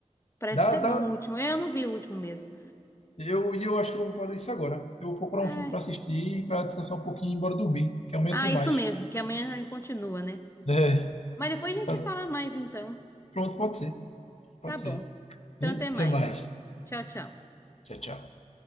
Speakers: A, on the left (about 20°); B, on the left (about 60°).
A: Parece
B: Dá,
A: ser
B: dá,
A: bom o último. É, Eu não vi o último mesmo.
B: eu e eu acho que eu vou fazer isso agora. Eu vou procurar
A: É.
B: um filme para assistir para descansar um pouquinho e ir embora dormir, que amanhã
A: Ah,
B: tem mais.
A: isso mesmo, que amanhã continua, né?
B: <laughs>
A: Mas depois a gente
B: Faz-
A: se fala mais então.
B: Pronto, pode ser, pode
A: Tá bom.
B: ser.
A: Então
B: E
A: até mais.
B: até mais.
A: Tchau, tchau.
B: Tchau, tchau.